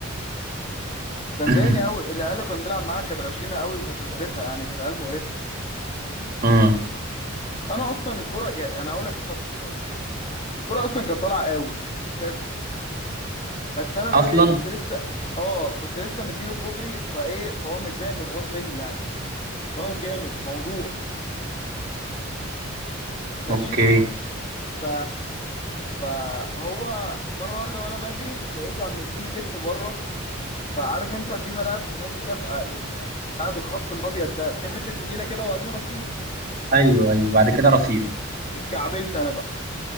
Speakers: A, on the left; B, on the right.
A: ده مضايقني
B: <coughs>
A: قوي العيال اللي كنا بنلعب معاها كانت غشيمة قوي وكانت مقرفة يعني كانت عيال مقرفة
B: مم.
A: انا اصلا الكرة يعني انا هقول لك اتصبت ازاي يعني. الكرة اصلا كانت طالعه اوت اساسا بس انا الواد
B: اصلا
A: ايه كنت لسه اه كنت لسه مديله كوبري فايه فهو متضايق متغاظ مني يعني متغاظ جامد موضوع ماشي
B: اوكي
A: ف فهو مره واحده وانا بجري لقيته عم مديني كتف بره فعارف انت في ملاعب خماسي كده بقى يبقى يعني بعد الخط الابيض ده في حته نجيله كده وبعدين رصيف
B: ايوه ايوه بعد كده رصيف
A: اتكعبلت انا بقى